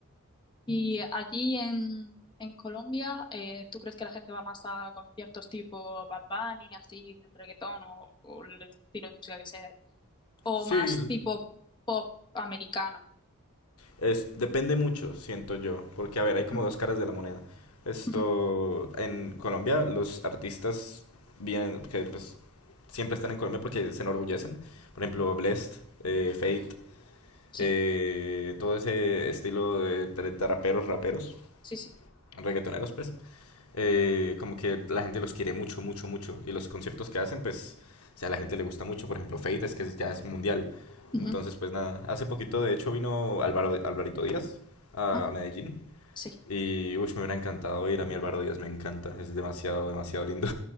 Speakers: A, on the left (about 20°); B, on the left (about 80°).
A: Y allí en, en Colombia, eh, ¿tú crees que la gente va más a conciertos tipo Bad Bunny, así, de reggaetón o, o el estilo de música que sea, o
B: Sí,
A: más tipo pop americano?
B: Es, depende mucho, siento yo, porque a ver, hay como
A: Ujú,
B: dos caras de la moneda. Esto,
A: ujú,
B: en Colombia los artistas vienen, que pues siempre están en Colombia porque se enorgullecen. Por ejemplo, Blessd, eh, Fate,
A: Sí,
B: eh, todo ese estilo de, de raperos, raperos,
A: sí, sí.
B: reggaetoneros, pues eh, como que la gente los quiere mucho, mucho, mucho. Y los conciertos que hacen, pues, o sea, a la gente le gusta mucho. Por ejemplo, Fate es que es- ya es mundial.
A: ujú,
B: Entonces, pues nada. Hace poquito, de hecho, vino Álvaro, Alvarito Díaz a
A: Ah,
B: Medellín.
A: sí,
B: Y, uy, me hubiera encantado ir a mí, Álvaro Díaz me encanta. Es demasiado, demasiado lindo.